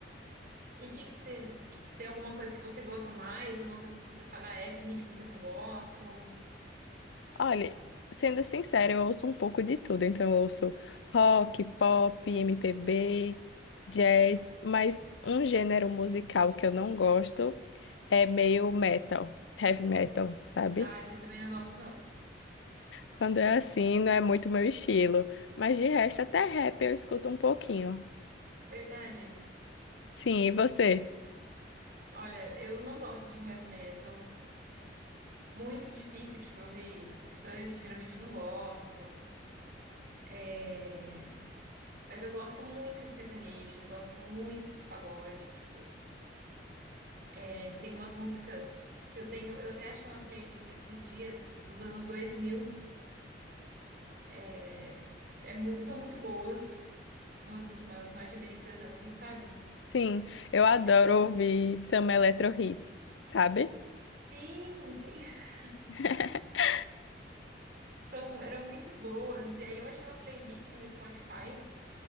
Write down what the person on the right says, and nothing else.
E o que que você, tipo, tem alguma coisa que você gosta mais? Uma coisa que você fala, ah, é esse ritmo que eu não gosto?
Ah, eu também não gosto, não.
Verdade.
Olha, eu não gosto de heavy metal. Muito difícil, tipo, eu ouvir funk, geralmente eu não gosto. É... Mas eu gosto muito de sertanejo, eu gosto muito de pagode, tipo. É, Tem umas músicas que eu tenho, eu até achei uma playlist esses dias dos anos 2000. É, é mui- são muito boas, umas, umas norte-americanas, assim, sabe?
É tipo,
sim, sim, <laughs>
são, eram muito boas. E aí eu achei uma playlist no Spotify